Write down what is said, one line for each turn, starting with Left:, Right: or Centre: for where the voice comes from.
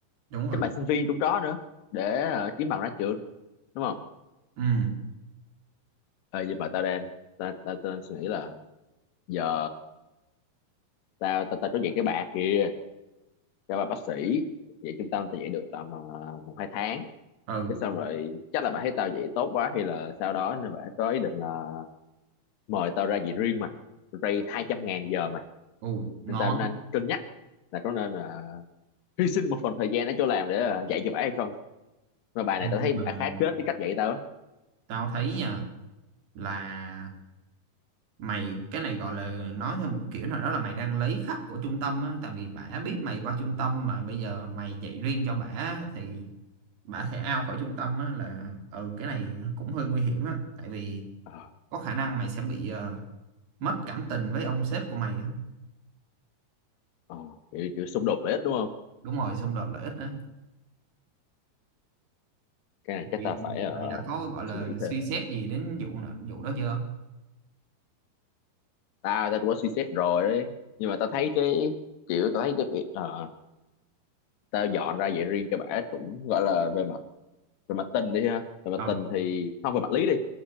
Right: đúng rồi.
Left: các bạn sinh viên cũng có nữa để ờ, kiếm bằng ra trường đúng không
Right: Ừ,
Left: ờ nhưng mà tao đang tao tao, tao đang suy nghĩ là giờ tao tao tao có dạy cái bà kia cho bà bác sĩ dạy trung tâm tao dạy được tầm uh, một hai tháng
Right: ừ.
Left: thế xong rồi chắc là bà thấy tao dạy tốt quá hay là sau đó nên bà có ý định là mời tao ra dạy riêng mày ray hai trăm ngàn giờ mày
Right: Ồ, ngon
Left: nên tao đang cân nhắc là có nên là hy sinh một phần thời gian để cho làm để ờ, dạy cho bả hay không mà bài
Right: Ê,
Left: này tao
Right: nhưng
Left: thấy bả
Right: mà
Left: khá kết cái cách dạy tao á
Right: tao thấy nha là mày cái này gọi là nói theo một kiểu nào đó là mày đang lấy khách của trung tâm á tại vì bả biết mày qua trung tâm mà bây giờ mày dạy riêng cho bả thì bả sẽ out khỏi trung tâm á là ừ cái này cũng hơi nguy hiểm á tại vì
Left: Ờ,
Right: có khả năng mày sẽ bị ờ, mất cảm tình với ông sếp của mày á
Left: ờ, kiểu, kiểu xung đột lợi ích đúng không
Right: đúng rồi xung đột lợi ích á
Left: cái này chắc
Right: thì
Left: tao phải ờ,
Right: mày đã có gọi là
Left: suy nghĩ
Right: suy
Left: thêm
Right: xét gì đến vụ nợ- vụ đó chưa
Left: tao tao cũng có suy xét rồi đấy nhưng mà tao thấy cái kiểu tao thấy cái việc ờ, tao dọn ra dạy riêng cho bả cũng gọi là về mặt về mặt tình đi ha về mặt
Right: ừ
Left: tình thì không về mặt lý đi